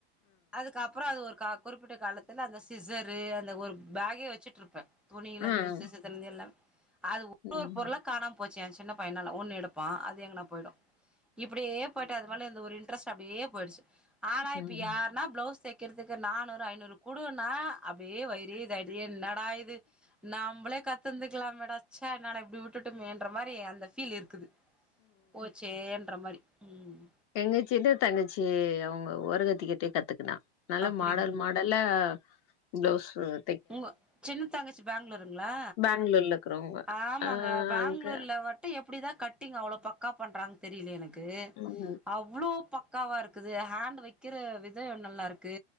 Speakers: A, in the centre; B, on the left.
A: அதுக்கப்புறோ அது ஒரு க குறிப்பிட்ட காலத்துல அந்த சிஸரு அந்த ஒரு பேகே வச்சுட்டு இருப்ப. துணியில
B: ஆ. ம்.
A: இந்து <unintelligible> எல்லாமே அது ஒரு
B: ம்.
A: ஒரு பொருளா காணாம் போச்சு ஏ சின்ன பையனால ஒன்னு எடுப் ப்பா அது எங்கனா போய்டு. இப்டியே போய்ட்டு அது மேல இருந்த ஒரு இன் ட்ரஸ்ட் அப்டியே போய்டுச்சு ஆனா
B: ம்.
A: இப்பியார்னா பிளவுஸ் தேக் க்கிறதுக்கு நானூறு ஐநூறு குடுன்னா அப்டியே வயரி தடிய என்னாடா இது நம்பளே கத்துந்து மேடாச்சா என்னாடா இப்டி விட்டுட்டுமேன்ற மாரி அந்த ஃபீல் இருக்குது போச்சேன்ற மாரி ம்
B: எங்கச்சின்ன தங்கச்சி அவுங்க ஓ ஓரகத்தக்கிட்ட கத்துக் க்ணா நல்ல
A: அப்டிங்
B: மாடல் மாடல்லா <unintelligible> உம்
A: உங்க சின்ன தங்கச்சி பெங்களூருங்களா
B: பேங்ளூர்ல இருக்குறவங்க
A: ஆமாங்க
B: ஆ
A: பெங்களூர்ல
B: அங்க
A: வட்டு எப்ப எப்டி தா கட்டிங் அவ்ளோ பக்கா பண்ணறங்க தெரியல எனக் க்கு
B: ம்
A: அவ்ளோ பக் க்காவா இருக்குது ஹேண்ட் வைக்கிற வித நல்லா இருக்கு